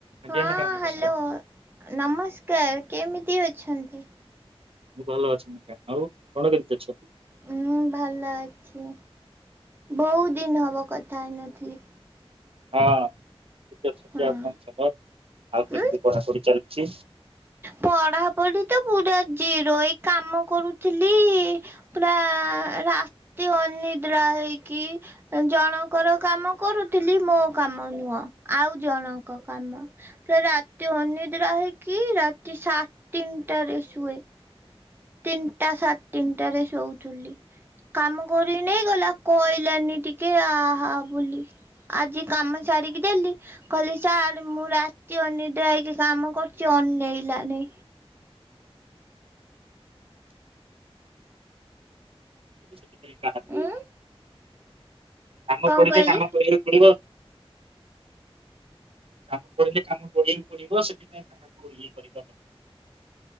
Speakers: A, on the right (about 65°); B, on the right (about 20°).
A: ଆଜ୍ଞା
B: ହଁ
A: ମ୍ୟାଡ଼ାମ ନମସ୍କାର
B: ହାଲୋ ନମସ୍କ ସ୍କାର କେମିତି ଅଛନ୍ତି?
A: ମୁଁ ଭଲ ଅଛି ଆଉ ଆପଣ କେମିତି ଅଛନ୍ତି?
B: ହୁଁ ଭଲ ଅଛି ବହୁତ ଦିନ ହବ କଥା ହେଇ ନଥିଲି।
A: ହଁ। <unintelligible>
B: ହଁ
A: କଣ ଖବର ଆଉ କେମିତି
B: ଉଁ
A: ପଢାପଢି ଚାଲ ଚି
B: ପଢାପଢି ତ ପୁରା ଜିରୋ ଏ କାମ କରୁଥିଲି ପୁରା ରାତି ଅନିଦ୍ରା ହେଇକି ଜଣଙ୍କର କାମ କରୁ ଥିଲି ମୋ କାମ ନୁହଁ। ଆଉ ଜଣଙ୍କ କାମ ପୂରା ରାତି ଅନିଦ୍ରା ହେଇକି ରା ସାଢେ଼ ତିନଟାରେ ସୁଏ। ତିନିଟା ସାଢେ ତିନିଟରେ ଶୋଉଥିଲି କାମ କରି ନେଇଗଲା କହିଲାନି ଟିକେ ଆହା ବୋଲି ଆଜି କାମ ସାରିକି ଦେଲି କହିଲି ସାର୍ ମୁଁ ରାତି ଅନିଦ୍ରା ହେଇକି କାମ କରୁଛି ଅନେଇଲାନି।
A: ସେଥିପାଇଁ କାହାକୁ
B: ଉଁ
A: <unintelligible> କାମ
B: କଣ
A: କରୁଚେ
B: କହିଲେ?
A: କାମ କରିବାକୁ ପଡିବ। କାମ ପଡିଲେ କାମ କରିବାକୁ <unintelligible> ଯିବ ସେଥିପାଇଁ କାହାକୁ ଇଏ କରିବା ଦରକାର। <unintelligible>